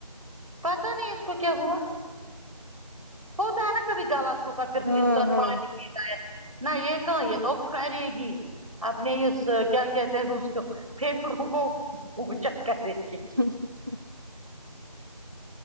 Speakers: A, on the right; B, on the right.
A: پتا نہیں اس کو کیا ہوا ہوتا ہے نا کبھی گالات کا پھر
B: ہاں
A: انسان
B: ہاں
A: پانی پیتا ہے نہ یہ کہاں یہ تو کرے گی اپنے اس کیا کہتے ہیں اس پھیپڑوں کو اونچا کر د کے
B: ج